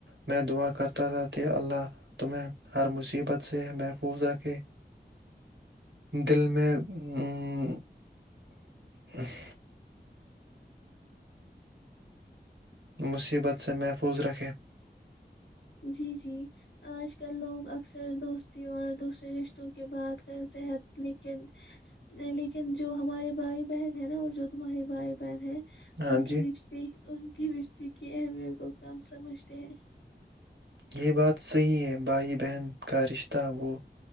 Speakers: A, on the right; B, on the left.
A: میں دعا کرتا تھا کہے اللہ تمہیں ہر مصیبت سے محفوظ رکھے دل میں ہ ا <unintelligible> مصیبت سے محفوظ رکھے
B: جی جی آج کل لوگ اکثر دوستی اور دوسرے رشتوں کے بات کرتے ہیں لیکن لیکن جو ہمارے بھائی بہن ہے نا اور جو تمہارے بھائی بہن ہے
A: ہاں
B: ان کے
A: جی
B: رش ان کی رشتے کی اہمیت کو کم سمجھتے ہیں <unintelligible>
A: یہ بات صحیح ہے بھائی بہن کا رشتہ وہ